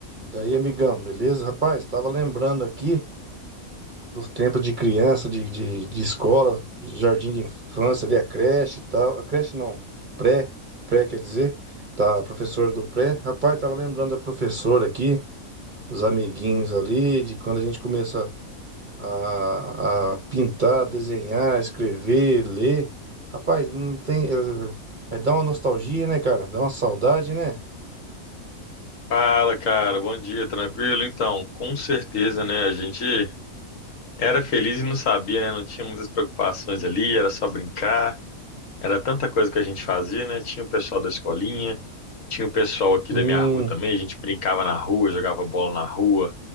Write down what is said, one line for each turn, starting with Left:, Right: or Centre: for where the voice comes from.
Right: Daí, amigão, beleza? Rapaz, tava lembrando aqui dos tempos de criança, de, de, de escola, jardim de infância, ali a creche e tal. A creche não, pré, pré quer dizer, tá, a professora do pré. Rapaz, tava lembrando da professora aqui, dos amiguinhos ali, de quando a gente começa a, a pintar, desenhar, escrever, ler. Rapaz, não tem. eh, Vai dar uma nostalgia, né, cara? Dá uma saudade, né?
Left: Fala, cara, bom dia, tranquilo? Então, com certeza, né? A gente era feliz e não sabia, né? Não tinha muitas preocupações ali, era só brincar, era tanta coisa que a gente fazia, né? Tinha o pessoal da escolinha, tinha o pessoal aqui
Right: Sim.
Left: da minha rua também, a gente brincava na rua, jogava bola na rua,